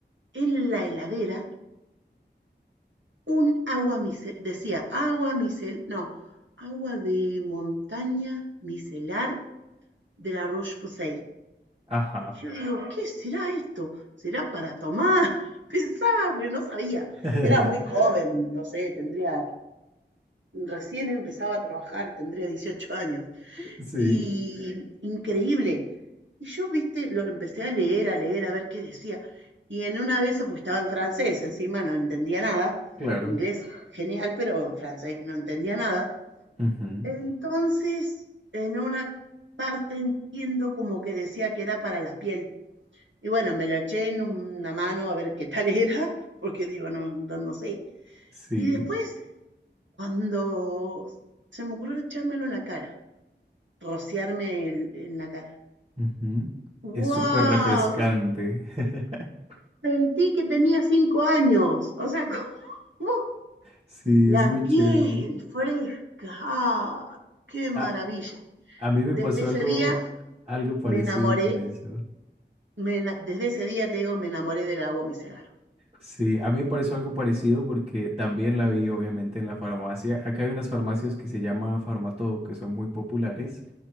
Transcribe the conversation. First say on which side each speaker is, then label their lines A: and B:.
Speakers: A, on the right; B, on the right.
A: en la heladera Un agua micelar, decía agua micelar, no, agua de montaña micelar de la Roche-Posay.
B: Ajá.
A: Yo digo, ¿qué será esto? ¿Será para tomar? <laughs> Pensaba, pero no sabía.
B: <laughs>
A: Era muy joven, no sé, tendría, recién empezaba a trabajar, tendría 18 años
B: Sí,
A: y increíble. Y yo, viste, lo empecé a leer, a leer, a ver qué decía. Y en una de esas, pues estaba en francés, encima no entendía nada.
B: claro.
A: Inglés, genial, pero francés, no entendía nada.
B: Ujú,
A: Entonces, en una parte entiendo como que decía que era para la piel. Y bueno, me lo eché en una mano a ver qué tal <laughs> era, porque digo, no, no, no sé.
B: Sí.
A: Y después, cuando se me ocurrió echármelo en la cara, rociarme el- en la cara.
B: ujú. Es
A: ¡Wow!
B: súper refrescante. <laughs>
A: Sentí que tenía cinco años. O sea, <laughs> como
B: Sí,
A: la
B: es muy
A: piel
B: chévere.
A: fresca. ¡Ah! ¡Qué maravilla!
B: A, a mí me
A: Desde
B: pasó
A: ese
B: algo,
A: día
B: algo parecido
A: me enamoré.
B: con eso.
A: me ena- desde ese día, te digo, me enamoré del agua micelar.
B: Sí, a mí me pareció algo parecido porque también la vi obviamente en la farmacia. Acá hay unas farmacias que se llama Farmatodo, que son muy populares